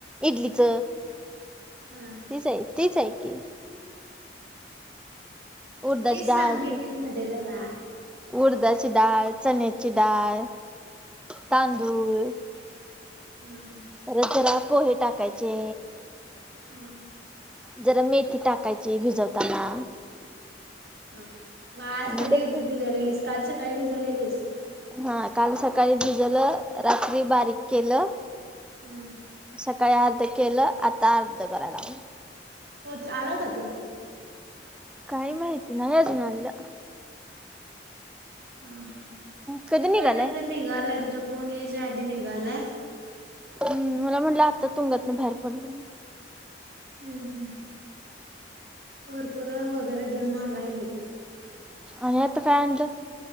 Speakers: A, in the centre; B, on the right.
A: इडलीच.
B: हा.
A: तीच आहे तीच आहेऐ की. उडदाची
B: मग तीच
A: डाळ
B: सांग डिटेल मध्ये जरा.
A: उडदाची डाळ, चण्याची डाळ, तांदूळ.
B: हम्.
A: परत जरा पोहे टाकायचे.
B: हा.
A: जरा मेथी टाकायची भिजवताना.
B: हा मग आज
A: आणि
B: कधी
A: ते
B: भिजवलेलीस काल सकाळी भिजवलेलीस.
A: हा काल सकाळी भिजवलं रात्री बारीक केलं.
B: हम्.
A: सकाळी अर्ध केलं आता अर्ध कराय लागलोय.
B: होच आला का तो.
A: काही माहिती नाही अजून आलेला.
B: हा हा
A: कधी
B: इकडनं
A: निघालाय?
B: जर निघालाय, तुझा फोन यायच्या आधी निघालाय.
A: मला म्हटलं आता तुंगातन बाहेर पडलो.
B: हम्म हम्. कुरकुरो वगैरे घेऊन आलाय.
A: आणि आता काय आनल?